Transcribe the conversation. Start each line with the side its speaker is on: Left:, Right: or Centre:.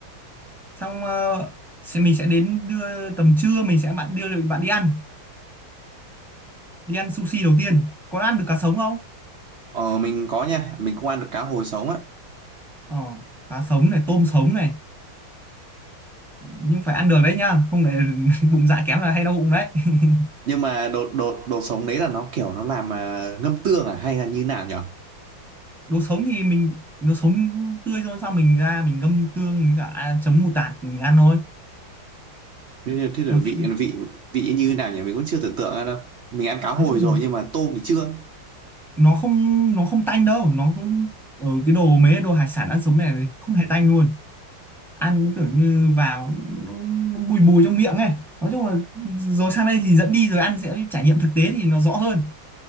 Centre: xong ờ, sẽ mình sẽ đến đưa tầm trưa mình sẽ bạn đưa bạn đi ăn đi ăn sushi đầu tiên có ăn được cá sống không
Right: ờ, mình có nha mình cũng ăn được cá hồi sống á
Centre: ờ cá sống này tôm sống này nhưng phải ăn được đấy nhá không để <laughs> bụng dạ kém là hay đau bụng đấy <laughs>
Right: nhưng mà đồ đồ đồ sống đấy là nó kiểu nó làm à, ngâm tương à hay là như nào nhở
Centre: đồ sống thì mình đồ sống tươi rồi sao mình ra mình ngâm tương mình cả à, chấm mù tạt mình ăn thôi
Right: thế, thế là
Centre: đầu
Right: vị
Centre: tiên
Right: vị vị như nào nhỉ mình cũng chưa tưởng tượng ra đâu mình ăn cá hồi
Centre: nói chung
Right: rồi
Centre: là
Right: nhưng mà tôm thì chưa
Centre: nó không nó không tanh đâu nó không ở cái đồ mấy cái đồ hải sản ăn sống này thì không hề tanh luôn ăn nó kiểu như vào nó, nó bùi bùi trong miệng ấy nói chung là rồi sang đây thì dẫn đi rồi ăn sẽ trải nghiệm thực tế thì nó rõ hơn